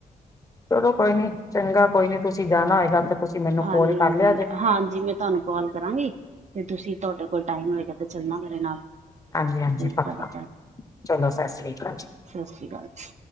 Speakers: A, on the left; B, on the right.
A: ਚਲੋ, ਕੋਈ ਨੀ ਚੰਗਾ ਕੋਈ ਨੀ ਤੁਸੀਂ ਜਾਣਾ ਹੋਏਗਾ ਤੇ ਤੁਸੀਂ ਮੈਨੂੰ
B: ਹਾਂਜੀ,
A: ਕੋਲ ਕਰ ਲਿਆ ਜੇ।
B: ਹਾਂਜੀ-ਹਾਂਜੀ, ਮੈਂ ਤੁਹਾਨੂੰ ਕਾਲ ਕਰਾਂਗੀ ਤੇ ਤੁਸੀਂ ਤੁਹਾਡੇ ਕੋਲ ਟਾਈਮ ਹੋਏਗਾ। ਤੇ ਚੱਲਣਾ ਮੇਰੇ ਨਾਲ
A: ਹਾਂਜੀ ਹਾਂਜੀ
B: ਠੀਕ
A: ਪੱਕਾ
B: ਸਤਿ
A: ਚਲੋ ਸਤਿ ਸ੍ਰੀ ਅਕਾਲ।
B: ਸ਼੍ਰੀ ਅਕਾਲ ਜੀ।